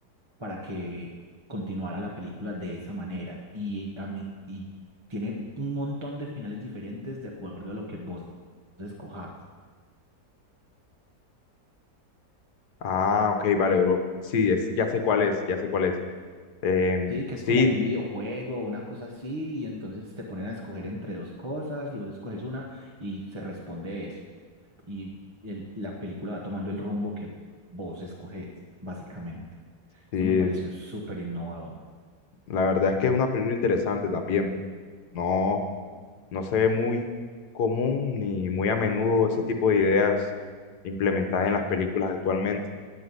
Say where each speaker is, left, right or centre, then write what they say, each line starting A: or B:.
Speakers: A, on the right; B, on the left.
A: para que continuara la película de esa manera. Y, a mí- y tiene un montón de finales diferentes de acuerdo a lo que vos escojas.
B: Ah, ok, vale, bro. Sí, es, ya sé cuál es, ya sé cuál es. Em,
A: Sí, que
B: sí,
A: es como de un videojuego, una cosa así, y entonces te ponen a escoger entre dos cosas y vos escoges una y se responde eso. Y el- la película va tomando el rumbo que vos escoges, básicamente.
B: sí,
A: Eso me pareció súper innovador.
B: la verdad es que es una película interesante también, pues. No. No se ve muy común ni muy a menudo ese tipo de ideas implementadas en las películas actualmente.